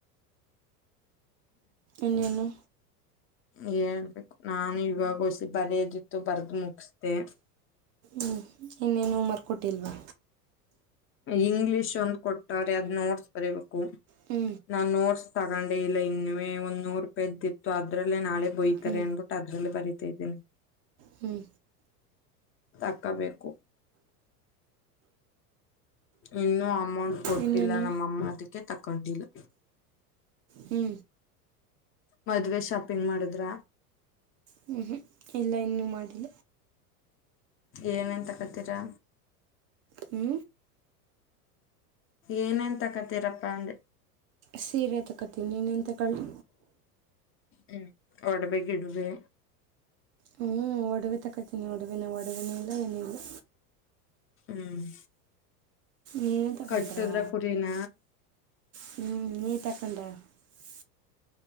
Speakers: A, on the right; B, on the left.
A: ಇನ್ನೇನು
B: ಹೇಳ್ಬೇಕು ನಾನು ಇವಾಗ ಹೊಸಿ ಬರಿಯಾದ್ ಇತ್ತು ಬರ್ದು ಮುಗಿಸ್ದೆ
A: ಹಞ ಇನ್ನೇನು ಹೋಮೇವರ್ಕ್ ಕೊಟ್ಟಿಲ್ವಾ
B: ಇಂಗ್ಲಿಷ್ ಒಂದು ಕೊಟ್ಟಾರೆ ಅದ ನೋಟ್ಸ್ ಬರಬೇಕು
A: ಹ್ಞೂ
B: ನಾ ನೋಟ್ಸ್ ತಗೊಂಡೆ ಇಲ್ಲ ಇನ್ನು ಒಂದ್ ನೂರು ರೂಪಾಯಿ ಇದ್ದಿತ್ತು ಅದ್ರಲ್ಲೇ ನಾಳೆ ಬೈತಾರೆ
A: ಹ್ಞೂ
B: ಅಂದಬಿಟ್ಟು ಅದ್ರಲ್ಲೇ ಬರಿತಾ ಇದೀನಿ
A: ಹ್ಮ್
B: ತಕ್ಕಬೇಕು ಇನ್ನು ಅಮೌಂಟ್ ಕೊಟ್ಟಿಲ್ಲ
A: ಇನ್ನೇನು
B: ನಮ್ಮಅಮ್ಮ ಅದಕ್ಕೆ ತಕೊಂಡಿಲ್ಲ
A: ಹ್ಞೂ
B: ಮದ್ವೆ ಶಾಪಿಂಗ್ ಮಾಡುದ್ರ
A: ಹ್ಮ್ ಹ್ಮ್ ಇಲ್ಲ ಇನ್ನು ಮಾಡಿಲ್ಲ
B: ಏನೇನ್ ತಕ್ಕತೀರಾ
A: ಹ್ಮ
B: ಏನೇನ್ ತಕತೀರಪ್ಪಾ ಅಂದೆ
A: ಸೀರೆ ತಕತೀನಿ ಇನ್ನೇನ್ ತಕ್ಕಲಿ
B: ಹ್ಮ್ ಒಡವೆ ಗಿಡವೆ
A: ಹ್ಞೂ ಒಡವೆ ತಗೊಳ್ತೀನಿ ಒಡವೆನ ಒಡವೆನೂ ಇಲ್ಲ ಏನೂ ಇಲ್ಲ
B: ಹ್ಮ್
A: ನೀನು ತಗೊಂಡ್ರಾ
B: ಕಟ್ಟಿದ್ರ ಕುರಿನ
A: ಹ್ಞೂ <unintelligible>